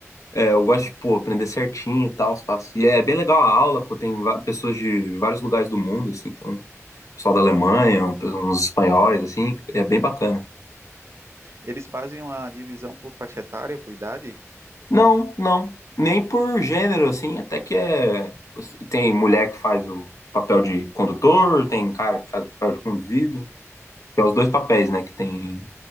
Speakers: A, on the left (about 80°); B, on the right (about 55°).
A: é, eu gosto de, pô, aprender certinho e tal, os passos. E é bem legal a aula, pô, tem va- pessoas de vários lugares do mundo, assim. Então, pessoal da Alemanha, uns espanhóis, assim, é bem bacana.
B: Eles fazem uma divisão por faixa etária, por idade?
A: Não, não. Nem por gênero, assim, até que é. Tem mulher que faz o papel de condutor, tem cara que faz o papel de conduzido. Tem os dois papéis, né? Que tem.